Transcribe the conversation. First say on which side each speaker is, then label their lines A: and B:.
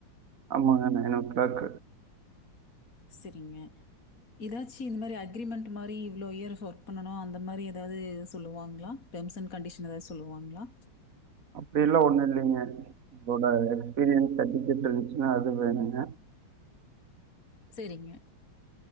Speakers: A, on the right; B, on the left.
A: ஆமாங்க நயனோக்லாக்
B: சரிங்க ஏதாச்சு இந்த மாரி அக்ரிமெண்ட் மாரி இவ்ளோ இயர் ஒர்க் பண்ணனும் அந்த மாதிரி ஏதாவது சொல்லுவாங்களா டேர்ம்ஸ் அண்ட் கண்டிஷன் எதாவது சொல்லுவாங்களா
A: அப்படி எல்லாம் ஒண்ணு இல்லைங்க உங்களோட எக்ஸ்பீரியன்ஸ் சர்டிகட் இருந்துச்சுன்னா அது வேணுங்க
B: சரிங்க